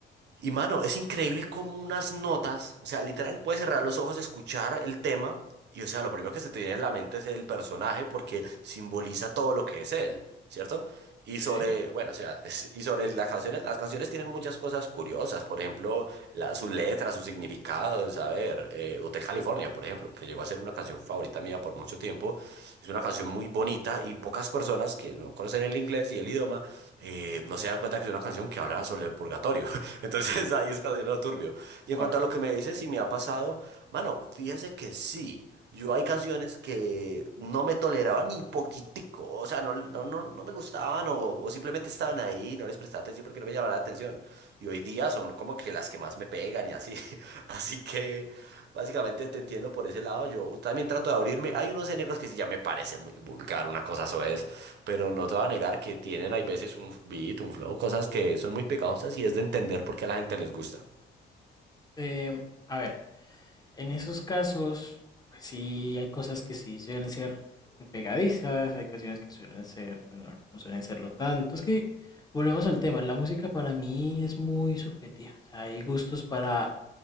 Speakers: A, on the right (about 60°); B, on the left (about 20°).
A: Y mano, es increíble como unas notas, o sea, literal puedes cerrar los ojos, escuchar el tema y o sea, lo primero que se te viene en la mente es el personaje porque simboliza todo lo que es él, ¿cierto? Y
B: Sí,
A: sobre, bueno, o sea, es- y sobre las canciones, las canciones tienen muchas cosas curiosas, por ejemplo, la- sus letras, sus significados, a ver, eh, Hotel California, por ejemplo, que llegó a ser una canción favorita mía por mucho tiempo, tiempo. Es una canción muy bonita y pocas personas que no conocen el inglés y el idioma eh, no se dan cuenta que es una canción que habla sobre el purgatorio. <laughs> Entonces ahí es cuando viene lo turbio. Y
B: wow.
A: en cuanto a lo que me dices, si me ha pasado, mano, fíjese que sí. Yo hay canciones que no me toleraban ni poquitico, o sea, no, no, no, no me gustaban o, o simplemente estaban ahí, no les prestaba atención porque no me llamaba la atención. Y hoy día son como que las que más me pegan y así. <laughs> Así que Básicamente te entiendo por ese lado. Yo también trato de abrirme. Hay unos géneros que sí ya me parece muy vulgar, una cosa soez, pero no te voy a negar que tienen, hay veces, un beat, un flow, cosas que son muy pegajosas y es de entender por qué a la gente les gusta.
B: Eh, a ver, en esos casos, pues sí, hay cosas que sí suelen ser muy pegadizas, hay canciones que suelen ser, pues no, no suelen serlo tanto. Es que volvemos al tema, la música para mí es muy subjetiva. O sea, hay gustos para